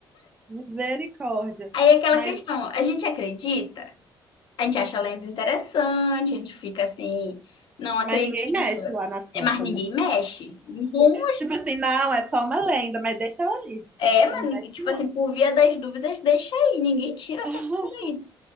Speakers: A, on the right (about 15°); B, on the left (about 65°).
A: Misericórdia.
B: Aí é aquela
A: Mas,
B: questão, a gente acredita? A gente acha a lenda interessante, a gente fica assim, não acredita,
A: mas ninguém mexe lá na Santa,
B: mas ninguém
A: né?
B: mexe. Bom,
A: Tipo assim, não, é só uma lenda, mas deixa ela ali.
B: é, mas
A: Não
B: ninguém-
A: mexe,
B: tipo
A: não.
B: assim, por via das dúvidas, deixa aí, ninguém tira essa
A: <laughs>
B: coisa aí.